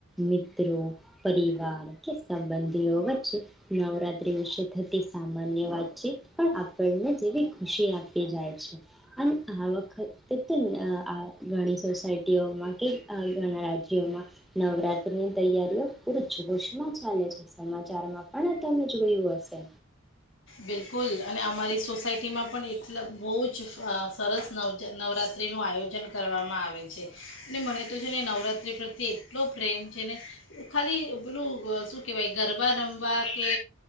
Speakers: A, in the centre; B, on the left.
A: મિત્રો પરિવાર કે સંબંધીઓ વચ્ચે નવરાત્રી વિશે થતી સામાન્ય વાતચીત પણ આપણને જેવી ખુશી આપ કે જાય છે અને આ વખતે તો ઘણી સોસાયટીઓમાં કે, ઘણા રાજ્યોમાં નવરાત્રીની તૈયારીઓ પૂર જોશમાં ચાલે છે. સમાચારમાં પણ આ તમે જોયું હશે.
B: બિલકુલ અને અમારી સોસાયટીમાં પણ એટલા બો જ સરસ નવ નવરાત્રિનું આયોજન કરવામાં આવે છે અને મને તો છે ને નવરાત્રિ પ્રત્યે એટલો પ્રેમ છે, ને ખાલી પેલું શું કહેવાય ગરબા રમવા કે